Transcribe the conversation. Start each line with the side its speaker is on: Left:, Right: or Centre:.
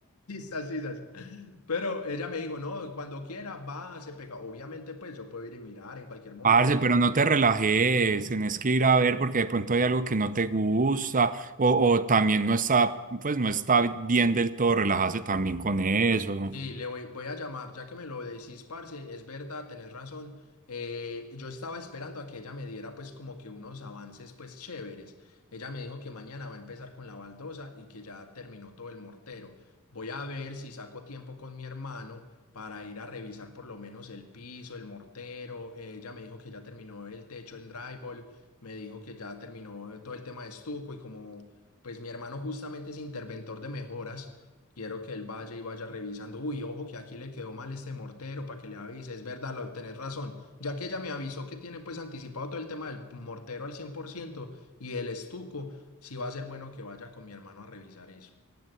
Left: Quizás, quizás. Pero ella me dijo, no, cuando quiera, va, se pega. Obviamente, pues yo puedo ir y mirar en cualquier momento.
Right: Parce, pero no te relajes, tenés que ir a ver porque de pronto hay algo que no te gusta o, o también no está, pues no está bien del todo, relájate también con eso.
Left: Sí, le voy, voy a llamar, ya que me lo decís, parce, es verdad, tenés razón. Eh, yo estaba esperando a que ella me diera pues como que unos avances pues chéveres. Ella me dijo que mañana va a empezar con la baldosa y que ya terminó todo el mortero. Voy a ver si saco tiempo con mi hermano para ir a revisar por lo menos el piso, el mortero. Eh, ella me dijo que ya terminó el techo, el drywall, me dijo que ya terminó todo el tema de estuco y como pues mi hermano justamente es interventor de mejoras. Quiero que él vaya y vaya revisando. Uy, ojo que aquí le quedó mal este mortero para que le avise. Es verdad, lo, tenés razón. Ya que ella me avisó que tiene pues anticipado todo el tema del mortero al 100% y el estuco, sí va a ser bueno que vaya con mi hermano a revisar eso.